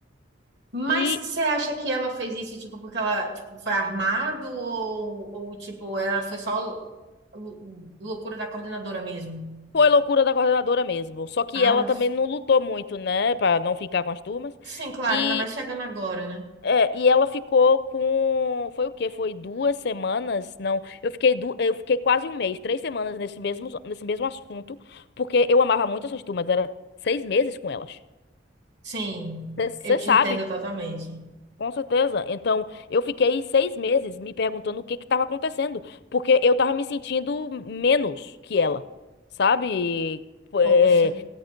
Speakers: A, on the right; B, on the left.
A: Mas
B: E
A: você acha que ela fez isso, tipo, porque ela, tipo, foi armado ou, ou tipo, ela foi só lou- lou- loucura da coordenadora mesmo?
B: foi loucura da coordenadora mesmo. Só que
A: Ah,
B: ela também não lutou muito, né, pra não ficar com as turmas.
A: sim, claro,
B: e
A: ainda mais chegando agora, né?
B: É, e ela ficou com, foi o quê? Foi duas semanas? Não, eu fiquei du... eu fiquei quase um mês, três semanas nesse mesmo nesse mesmo assunto, porque eu amava muito essas turmas, era seis meses com elas.
A: Sim,
B: Você
A: eu te
B: sabe,
A: entendo totalmente.
B: com certeza. Então, eu fiquei seis meses me perguntando o que que estava acontecendo, porque eu tava me sentindo menos que ela, sabe? É,
A: Poxa.